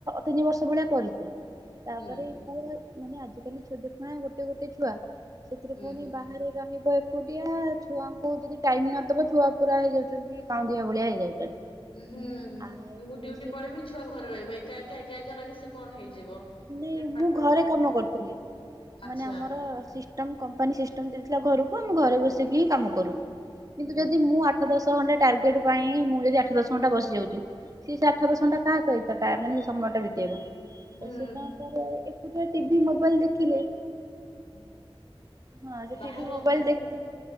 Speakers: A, on the right; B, on the left.
A: ତିନି ବର୍ଷ ଭଳିଆ କରିଛି ତାପରେ
B: ହୁଁ
A: ପୁଅ ମାନେ ଆଜିକାଲି ଛୋଟ ପୁଣା ଗୋଟେ ଗୋଟେ ଛୁଆ ସେଥିରେ
B: ହୁଁ
A: ପୁଣି ବାହାରେ ରହିବ ବ ଏକୁଟିଆ ଛୁଆଙ୍କୁ ଯଦି ଟାଇମ ନଦବ ଛୁଆ ପୁରା ହେଇଯାଉଛନ୍ତି କାଉଁଦିଆ ଭଳିଆ ହେଇଯାଉଛନ୍ତି।
B: ହୁଁ
A: ଆଉ
B: ମୁଁ ଡଉଟି
A: ସେ
B: ପଳେଇମି ଛୁଆ ଘରେ ରହିବ ଏକା ଏକା ଏକା ଏକା ରହିି ସେ କଣ ହେଇଯିବ।
A: ନାଇଁ
B: ପୁଣି ପାଠ
A: ମୁଁ ଘରେ
B: ସାଠ ସବୁ-
A: କାମ କରୁଥିଲି।
B: ଆଚ୍ଛା
A: ମାନେ ଆମର ସିଷ୍ଟମ କମ୍ପାନୀ ସିଷ୍ଟମ ଦେଇଥିଲା ଘରକୁ ଆମେ ଘରେ ବସି କି ହିଁ କାମ କରୁ
B: ହୁଁ
A: କିନ୍ତୁ ଯଦି ମୁଁ ଆ ଆଠ ଦଶ ଘଣ୍ଟା ଟାର୍ଗେଟ ପାଇଁ ମୁଁ ଯଦି ଆଠ ଦଶ ଘଣ୍ଟା ବସିଯାଉଛି ସେ ଆଠ ଦଶଣ୍ଟା କାହା ସହିତ ଟା ମାନେ ସମୟଟା ବିତେଇବ?
B: ହୁଁ
A: ତ ସେ କଣ କରେ ଏକୁଟଆ ଟିଭି ମୋବାଇଲ ଦେଖିଲେ
B: ହଁ।
A: ହଁ ସେ
B: ବାହାରେ
A: ଟିଭି ମୋବାଇଲ
B: ଆସି ଟିକେ,
A: ଦେଖି